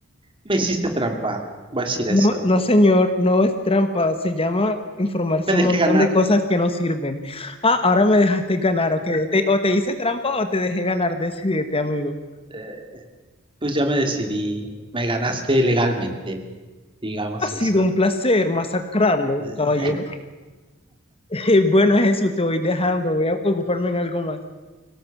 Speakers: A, on the right; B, on the left.
A: me hiciste trampa. Voy a decir
B: No,
A: eso.
B: no, señor, no es trampa. Se llama informarse
A: Me dejé
B: un montón
A: ganar.
B: de cosas que no sirven. Ah, ahora me dejaste ganar, ok. Te- o te hice trampa o te dejé ganar. Decídete, amigo.
A: Eh, pues ya me decidí. Me ganaste legalmente, digamos
B: Ha sido
A: eso.
B: un placer masacrarlo,
A: Eh,
B: caballero. <laughs> bueno, Jesús, te voy dejando. Voy a ocuparme en algo más.